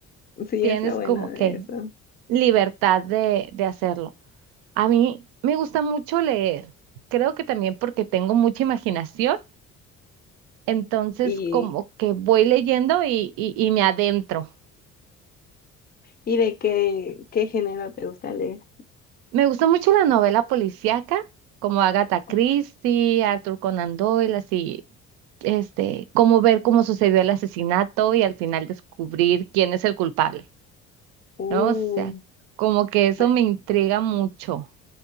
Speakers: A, on the left; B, on the right.
A: sí
B: Tienes
A: es lo bueno
B: como
A: de
B: que
A: eso.
B: libertad de, de hacerlo. A mí me gusta mucho leer. Creo que también porque tengo mucha imaginación. Entonces,
A: Y
B: como que voy leyendo y, y- y me adentro.
A: ¿Y de qué, qué género te gusta leer?
B: Me gusta mucho la novela policíaca, como Agatha Christie,
A: Oh,
B: Arthur Conan Doyle, así, este, como ver cómo sucedió el asesinato y al final descubrir quién es el culpable,
A: uh,
B: ¿no? O sea, como que eso
A: pues,
B: me intriga mucho.